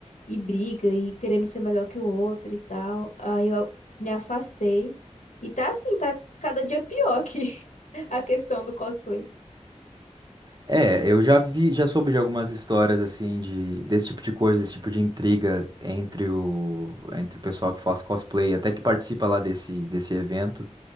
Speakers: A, on the left; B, on the right.
A: e briga e querendo ser melhor que o outro e tal. Aí eu me afastei. E tá assim, tá cada dia pior que <laughs> a questão do cosplay.
B: É, eu já vi, já soube de algumas histórias, assim, de, desse tipo de coisa, esse tipo de intriga entre o, entre o pessoal que faz cosplay, até que participa lá desse, desse evento